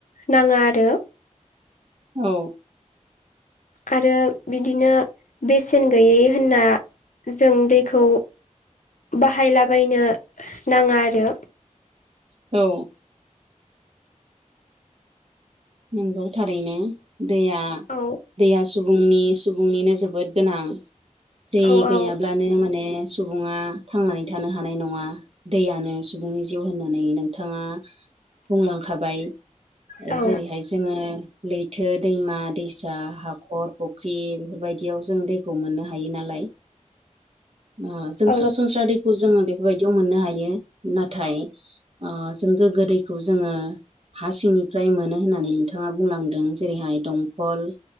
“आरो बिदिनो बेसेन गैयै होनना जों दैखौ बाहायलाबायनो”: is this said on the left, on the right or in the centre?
Left